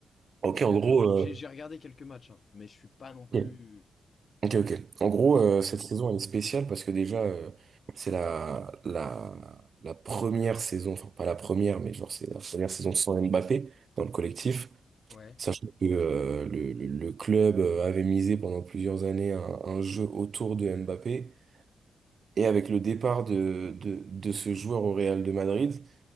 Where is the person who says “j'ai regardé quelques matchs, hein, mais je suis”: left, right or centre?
Left